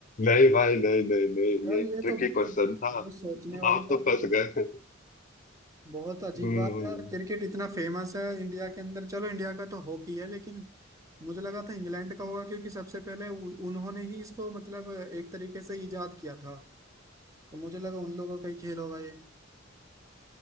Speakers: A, on the left; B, on the right.
A: नहीं भाई नहीं नहीं नहीं
B: यार
A: ये
B: ये
A: ट्रिकी
B: तो मतलब
A: क्वेश्चन था
B: बहुत सोचने वाली
A: आप
B: बात
A: तो फंस
B: है क्योंकि
A: गए
B: बहुत अजीब
A: हम्म
B: बात है यार क्रिकेट इतना फेमस है इंडिया के अंदर चलो इंडिया का तो हॉकी है लेकिन मुझे लगा था इंग्लैंड का होगा क्योंकि सबसे पहले उ- उन्होंने ही इसको मतलब एक तरीके से इजाद किया था तो मुझे लगा उन लोगों का ही खेल होगा ये